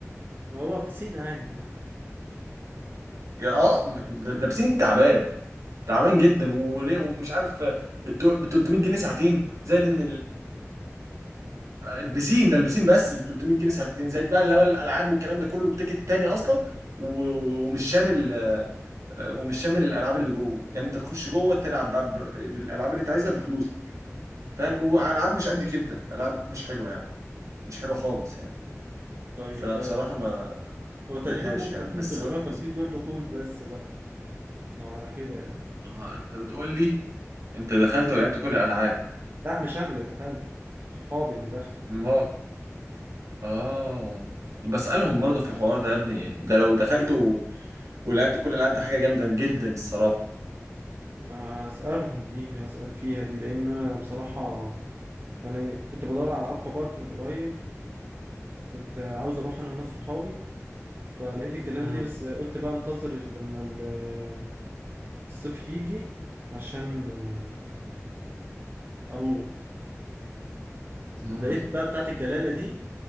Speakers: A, on the right; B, on the right.
A: ما هو بسين عادي يعني
B: يا اه م- ده ده بسين تعبان تعبان جدا وليه ومش عارف آه، التو- ب 300 جنيه ساعتين زائد ان البسين ده البسين بس ال 300 جنيه ساعتين زائد بقى اللي هو الالعاب والكلام ده كله بتيكت تاني اصلا و- ومش شامل آه، ومش شامل الالعاب اللي جوه يعني انت تخش جوه تلعب بقى ب- بالالعاب اللي انت عايزها بفلوس فاهم
A: اه
B: والعاب مش قد كده العاب مش حلوه يعني مش حلوه خالص يعني
A: طيب
B: فبصراحه
A: آه.
B: ما
A: هو
B: حبيتهاش
A: تقريبا ممكن
B: يعني
A: يكون
B: بس
A: ال 350
B: هو انت ز-
A: دول دخول بس بقى لو على كده يعني
B: آه، انت بتقول لي انت دخلت ولعبت كل الالعاب
A: لا مش انا اللي دخلت صحابي اللي دخلوا
B: ما اه بسالهم برضه في الحوار ده يا ابني ده لو دخلت و- ولعبت كل الالعاب ده حاجه جامده جدا الصراحه
A: اسالهم دي اسال فيها دي لان انا بصراحه يعني كنت بدور على اكوا بارك من قريب كنت عاوز اروح انا وناس صحابي فلقيت الجلالة
B: مم.
A: دي بس قلت بقى انتظر لما ال- الصيف يجي عشان آه، اروح
B: مم.
A: لقيت بقى بتاعت الجلالة دي